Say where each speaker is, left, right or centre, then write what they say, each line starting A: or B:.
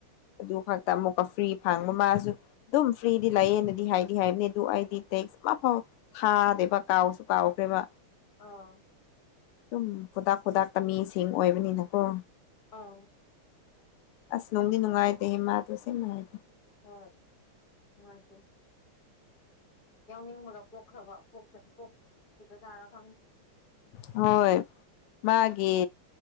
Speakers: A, on the left; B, on the left.
A: ꯑꯗꯨ ꯈꯛꯇ ꯑꯃꯨꯛꯀ ꯐ꯭ꯔꯤ ꯐꯡꯕ ꯃꯥꯁꯨ ꯑꯗꯨꯝ ꯐ꯭ꯔꯤꯗꯤ ꯂꯩꯌꯦꯅꯗꯤ ꯍꯥꯏꯗꯤ ꯍꯥꯏꯕꯅꯦ ꯑꯗꯨ ꯑꯩꯗꯤ ꯇꯦꯛꯁ ꯑꯃ ꯐꯥꯎ ꯊꯥꯗꯦꯕ ꯀꯥꯎꯁꯨ ꯀꯥꯎꯈ꯭ꯔꯦꯕ
B: ꯑꯥ
A: ꯑꯗꯨꯝ ꯈꯨꯗꯥꯛ ꯈꯨꯗꯥꯛꯇ ꯃꯤꯁꯤꯡ ꯑꯣꯏꯕꯅꯤꯅꯀꯣ
B: ꯑꯥꯎ
A: ꯑꯁ ꯅꯨꯡꯗꯤ ꯅꯨꯡꯉꯥꯏꯇꯦꯍꯦ ꯃꯥꯗꯣꯁꯦꯡ ꯅꯨꯡꯉꯥꯏꯇꯦ
B: ꯍꯣꯏ ꯅꯨꯡꯉꯥꯏꯇꯦ ꯌꯥꯎꯅꯤꯡꯕꯒ ꯄꯣꯛꯈ꯭ꯔꯕ ꯄꯣꯛ ꯄꯣꯛꯈꯤꯖꯥꯔ ꯈꯪ
A: ꯍꯣꯏ ꯃꯥꯒꯤ